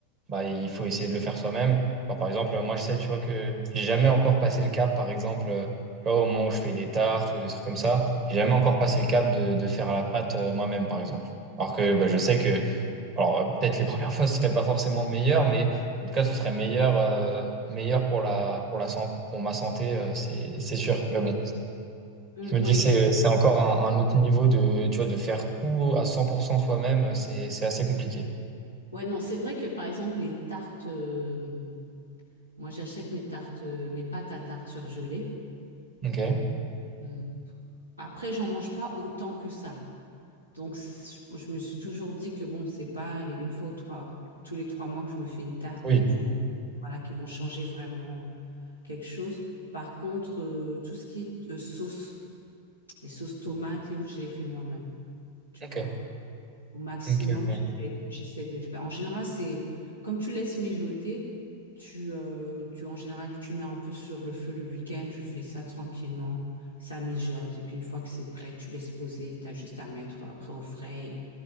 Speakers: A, on the right (about 35°); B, on the right (about 85°).
A: bah, il faut essayer de le faire soi-même. Enfin, par exemple, moi, je sais, tu vois, que j'ai jamais encore passé le cap, par exemple. euh, Tu vois, au moment où je fais des tartes ou des trucs comme ça, j'ai jamais encore passé le cap de, de faire à la pâte euh, moi-même, par exemple. Alors que bah, je sais que alors, euh, peut-être les premières fois, ce serait pas forcément meilleur, mais en tout cas, ce serait meilleur, euh, meilleur pour la, pour la, san- pour ma santé, euh, c'est, c'est sûr. Mais bon,
B: mm,
A: je me dis,
B: ouais
A: c'est,
B: je-
A: c'est encore un, un autre niveau de, tu vois, de faire tout à 100% soi-même, euh, c'est, c'est assez compliqué.
B: ouais non c'est vrai que par exemple les tartes euh, moi j'achète mes tartes euh, mes pâtes à tarte surgelées
A: Ok.
B: Euh, après j'en mange pas autant que ça donc c- je, je me suis toujours dit que bon c'est pas les une fois ou trois tous les trois mois que je me fais une tarte
A: Oui.
B: qui vont voilà qui vont changer vraiment quelque chose par contre euh, tout ce qui est euh, sauce Les sauces tomates et autres, je les fais moi-même, tu
A: Ok.
B: vois. Au maximum,
A: Ok, ok. Ouais,
B: j'essaie de, j'essaie de le faire. En général, c'est comme tu laisses mijoter, tu, euh, tu, en général, tu mets un peu sur le feu le week-end, je fais ça tranquillement, ça mijote. Et puis une fois que c'est prêt, tu laisses poser, tu as juste à mettre après au frais. Et,